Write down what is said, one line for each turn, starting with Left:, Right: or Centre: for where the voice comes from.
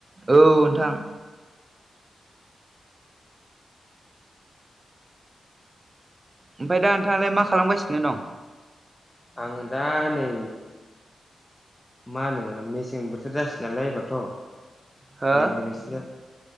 Right: औ नोंथां। ओमफाय दा नोंथाङालाय मा खालामगासिनो दं।
Left: आङो दा नै मा होनो मेसें बोथोर जासै नालाय एबारथ'
Right: हो